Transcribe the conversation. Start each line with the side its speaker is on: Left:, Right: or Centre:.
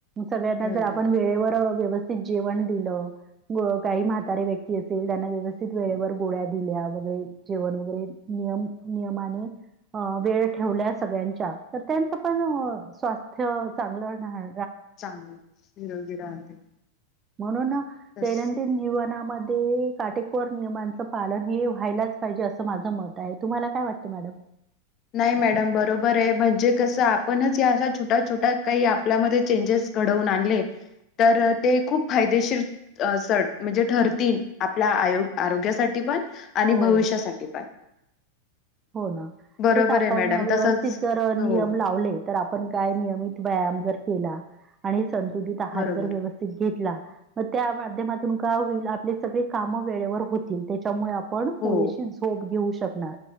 Right: सगळ्यांना
Left: बरोबर
Right: जर आपण वेळेवर व्यवस् स्थित जेवण दिलं. काही म्हातारे व्यक्ती असेल त्यांना व्यवस्थित वेळेवर गोळ्या दिल्या वगैरे जेवण वगैरे नियम नियमानी अ वेळ ठेवल्या सगळ्यांच्या तर त्यांचं पण स्वास्थ्य चांगलं न्हा
Left: चांग निरोगी राहते.
Right: म्हणून
Left: तस
Right: दैनंदिन जीवन ना मध्ये काटेकोर नियमांचं पालन हे व्हायलाच पाहिजे असं माझं मत आहे, तुम्हाला काय वाट? मॅडम
Left: नाही मॅडम बरोबर ये, म्हणजे कसं आपणच या अशा छोट्या छोट्या काही आपल्यामध्ये चेंजेस घडवून आणले. तर ते खूप फायदेशीर अ सर म्हणजे ठरतील आपल्या आयो आरोग्यासाठी पण आणि
Right: हो.
Left: भविष्यासाठी पण
Right: हो ना
Left: बरोबर
Right: तेच आपण
Left: आहे मॅडम
Right: व्यवस्थित
Left: तसच
Right: जर नियम
Left: हो
Right: लावले तर आपण काय नियमित व्यायाम जर केला. आणि संतुलित आहार
Left: बरोबर
Right: जर व्यवस्थित घेतला. मग त्या माध्यमातून काय होईल? आपले सगळे काम वेळेवर होतील त्याच्यामुळे आप पण पुरेशी
Left: हो
Right: झोप घेऊ शकणार.